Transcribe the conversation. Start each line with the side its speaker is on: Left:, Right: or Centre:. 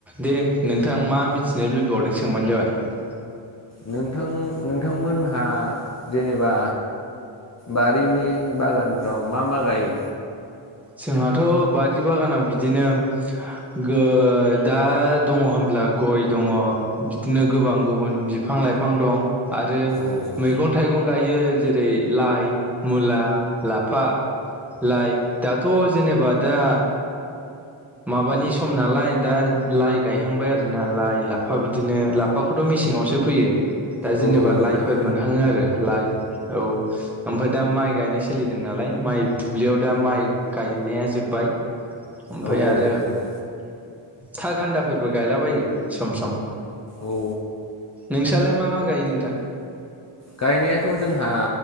Centre: दे नोंथां मा मिथिनो लुबैबावदों सोंबानो जाबाय।
Left: नोंथां नोंथांमोनहा जेनेबा बारिनि बागानफ्राव मा मा गायो?
Centre: जोंहाथ' बारि बागानाव बिदिनो गो दा दङ होमब्ला। गय दङ बिदिनो गोबां गुबुन बि। फां लाइफां दं आरो
Left: औ
Centre: मैगं थाइगंं। गायो जेरै लाइ मुला लाफा लाइ। दाथ' जेनेबा दा माबानि। सम नालाय दा लाइ गायहांबाय आरोना लाइ लाफा बिदिनो लाफाखौथ' मेसेङावसो फैयो। दा जेनेबा
Left: औ नोंथां
Centre: लाइफोर
Left: औ
Centre: मोनहाङो आरो लाइ औ ओमफ्राय दा माइ गायनाय सोलिदों नालाय। माय। दुब्लियाव दा माइ गायनाया जोबबाय ओमफ्राय
Left: औ औ
Centre: आरो।
Left: नोंथां
Centre: था गान्दाफोरबो गायलाबायो सम सम।
Left: औ
Centre: नोंसि नालाय मा मा गायो नोंथां?
Left: गायनायाथ' जोंहा